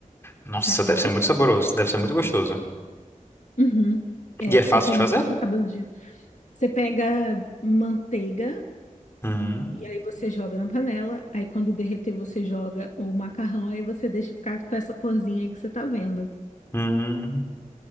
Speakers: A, on the left; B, on the left.
A: nossa,
B: sacou?
A: deve ser muito saboroso, deve ser muito gostoso.
B: Uhum. É,
A: E é fácil
B: só que a
A: de
B: gente
A: fazer?
B: faz com cabelo de. Você pega manteiga
A: Hum,
B: e aí você joga na panela. Aí quando derreter, você joga o macarrão. Aí você deixa ficar com essa corzinha aí que você tá vendo.
A: hum,